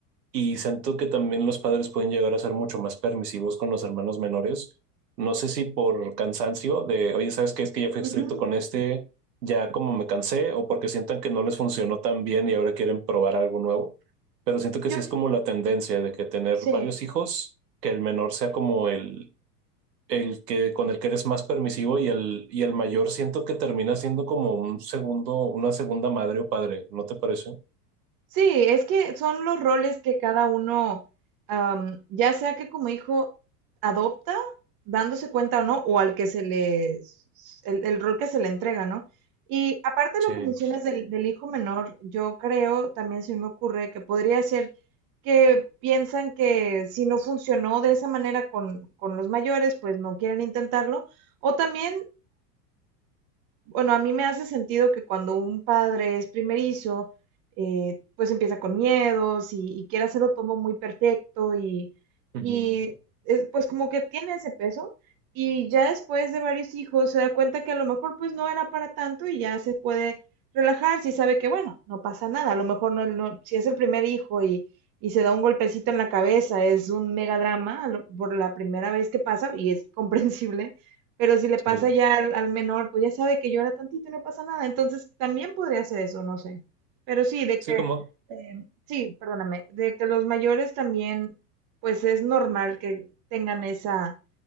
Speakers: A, on the right; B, on the right.
A: Y siento que también los padres pueden llegar a ser mucho más permisivos con los hermanos menores. No sé si por cansancio de, oye, ¿sabes qué? Es que ya fui estricto
B: Ujú.
A: con este, ya como me cansé, o porque sientan que no les funcionó tan bien y ahora quieren probar algo nuevo. Pero siento que
B: Yo,
A: sí es como la tendencia de que tener
B: sí.
A: varios hijos, que el menor sea como el, el que con el que eres más permisivo y el, y el mayor siento que termina siendo como un segundo, una segunda madre o padre, ¿no te parece?
B: Sí, es que son los roles que cada uno, am, ya sea que como hijo adopta, dándose cuenta o no, o al que se le, el, el rol que se le entrega, ¿no? Y aparte
A: Sí.
B: de lo que mencionas del, del hijo menor, yo creo, también se me ocurre que podría ser que piensan que si no funcionó de esa manera con, con los mayores, pues no quieren intentarlo, o también bueno, a mí me hace sentido que cuando un padre es primerizo, eh, pues empieza con miedos y, y quiere hacerlo todo muy perfecto y,
A: Ujú.
B: y eh, pues como que tiene ese peso y ya después de varios hijos se da cuenta que a lo mejor pues no era para tanto y ya se puede relajar si sabe que bueno, no pasa nada, a lo mejor no, no- si es el primer hijo y, y se da un golpecito en la cabeza, es un mega drama a lo- por la primera vez que pasa y es <laughs> comprensible pero si le pasa
A: Sí.
B: ya al, al menor, pues ya sabe que llora tantito y no pasa nada. Entonces también podría hacer eso, no sé. Pero sí, de
A: Sí,
B: que,
A: como
B: eh, sí, perdóname, de que los mayores también, pues es normal que tengan esa,